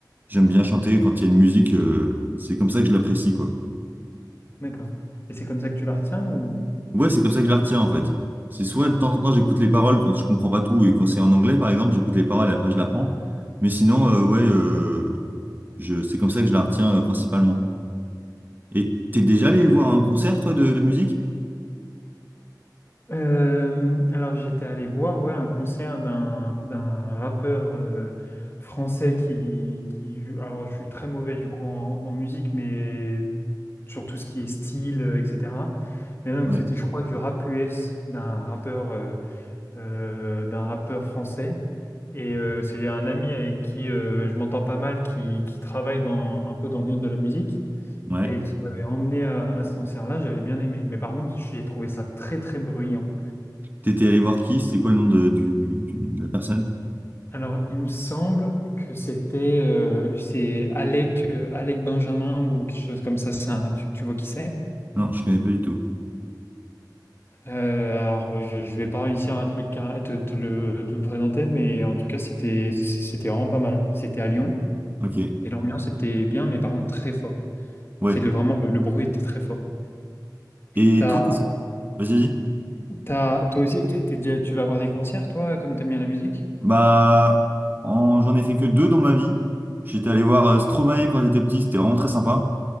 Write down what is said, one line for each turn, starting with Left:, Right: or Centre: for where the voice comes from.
Right: j'aime bien chanter quand il y a une musique. euh, c'est comme ça que je l'apprécie quoi.
Left: D'accord. Et c'est comme ça que tu la retiens ou?
Right: Ouais, c'est comme ça que je la retiens en fait. C'est soit
Left: d'accord
Right: de temps en temps j'écoute les paroles quand je comprends pas tout et quand c'est en anglais par exemple, j'écoute les paroles et après je l'apprends. Mais sinon, euh, ouais, euh, je, c'est comme ça que je la retiens euh, principalement. Et t'es déjà allé voir un concert toi de, de musique?
Left: Euh, alors j'étais allé voir ouais, un concert d'un d'un rappeur euh, français qui, qui je- alors je suis très mauvais du coup en, en musique mais sur tout ce qui est style euh, etc. Mais donc
Right: Ouais.
Left: c'était je crois du rap US d'un rappeur euh, euh, d'un rappeur français et euh, c'est un ami avec qui euh, je m'entends pas mal qui, qui travaille dans un peu dans le monde de la musique
Right: Ouais.
Left: et qui m'avait emmené à, à ce concert-là j'avais bien aimé mais par contre j'ai trouvé ça très très bruyant.
Right: T'étais allé voir qui? C'était quoi le nom de, du, du- du- de la personne?
Left: Alors, il me semble que c'était euh, c'est Alec, euh, Alec Benjamin ou quelque chose comme ça. c'est un- tu, tu vois qui c'est?
Right: Non, je connais pas du tout.
Left: Euh, alors, je, je vais pas réussir à te le, car- te, te le, te le présenter, mais en tout cas, c'était c'était vraiment pas mal. C'était à Lyon
Right: Ok.
Left: et l'ambiance était bien, mais par contre très fort.
Right: Ouais.
Left: C'est le, vraiment le, le bruit était très fort.
Right: Et
Left: T'as,
Right: toi, qu'est-ce que... Vas-y, vas-y.
Left: t'as- toi aussi, t'as- t'es déjà- tu vas voir des concerts, toi, comme t'aimes bien la musique?
Right: Bah, en- j'en ai fait que deux dans ma vie. J'étais allé voir euh, Stromae quand j'étais petit, c'était vraiment très sympa.